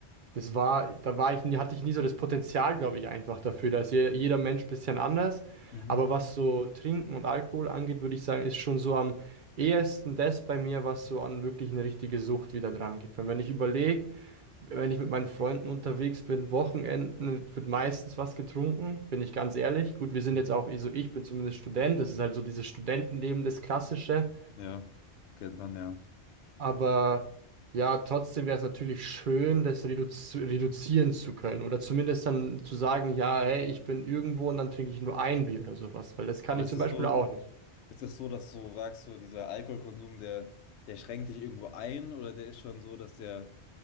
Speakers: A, on the right; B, on the left.
A: das war, da war ich, nie- hatte ich nie so das Potenzial, glaube ich, einfach dafür. Da ist je- jeder Mensch ein bisschen anders.
B: mhm,
A: Aber was so Trinken und Alkohol angeht, würde ich sagen, ist schon so am ehesten das bei mir, was so an wirklich eine richtige Sucht wieder dran geht. Weil wenn ich überlege, wenn ich mit meinen Freunden unterwegs bin, Wochenenden wird meistens was getrunken, bin ich ganz ehrlich. Gut, wir sind
B: mhm.
A: jetzt auch, also ich bin zumindest Student, das ist halt so dieses Studentenleben, das Klassische.
B: Ja, kennt man, ja.
A: Aber ja, trotzdem wäre es natürlich schön, das reduzi reduzieren zu können. Oder zumindest dann zu sagen, ja, hey, ich bin irgendwo und dann trinke ich nur ein Bier oder sowas. Weil das kann
B: Aber
A: ich
B: ist
A: zum
B: das
A: Beispiel
B: so,
A: auch nicht.
B: ist das so, dass du sagst, so dieser Alkoholkonsum, der, der schränkt dich irgendwo ein oder der ist schon so, dass der,